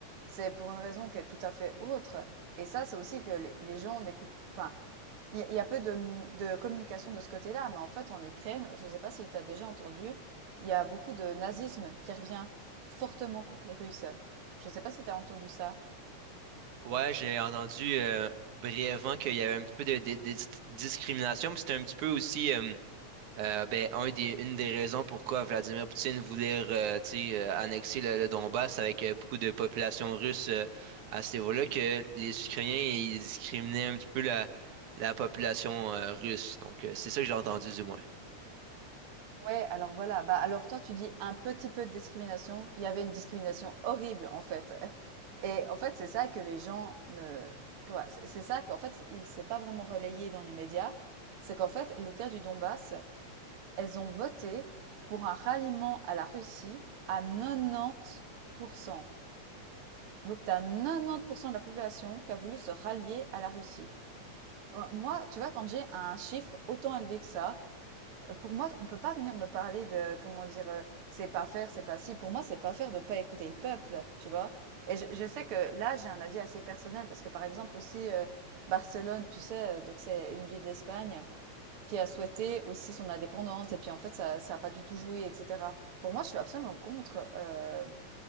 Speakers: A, on the right; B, on the right.
A: C'est pour une raison qui est tout à fait autre. Et ça, c'est aussi que les, les gens n'écoutent. Enfin, il y, a- il y a peu de, m- de communication de ce côté-là, mais en fait, en Ukraine, je ne sais pas si tu as déjà entendu, il y a beaucoup de nazisme qui revient fortement contre les Russes. Je ne sais pas si tu as entendu ça.
B: Ouais, j'ai entendu euh, brièvement qu'il y avait un petit peu de, de- de dis- discrimination, mais c'était un petit peu aussi. euh, Euh, ben, un des, une des raisons pourquoi Vladimir Poutine voulait euh, tu sais, euh, annexer le, le Donbass avec euh, beaucoup de population russe euh, à ce niveau-là, que les Ukrainiens ils discriminaient un petit peu la, la population euh, russe. Donc, euh, c'est ça que j'ai entendu du moins.
A: Ouais, alors voilà. Bah alors toi, tu dis un petit peu de discrimination. Il y avait une discrimination horrible, en fait. Et en fait, c'est ça que les gens ne, quoi, c'est c'est ça qu'en fait, il s'est pas vraiment relayé dans les médias. C'est qu'en fait, les terres du Donbass, elles ont voté pour un ralliement à la Russie à 90%. Donc, tu as 90% de la population qui a voulu se rallier à la Russie. Euh, Moi, tu vois, quand j'ai un chiffre autant élevé que ça, Heu, pour moi, on peut pas venir me parler de comment dire, heu, c'est pas faire, c'est pas si. Pour moi, c'est pas faire de pas écouter le peuple, tu vois? Et je je sais que là, j'ai un avis assez personnel parce que, par exemple, aussi, heu, Barcelone, tu sais, heu, donc c'est une ville d'Espagne qui a souhaité aussi son indépendance et puis, en fait, ça ça a pas du tout joué et cetera. Pour moi, je suis absolument contre, heu,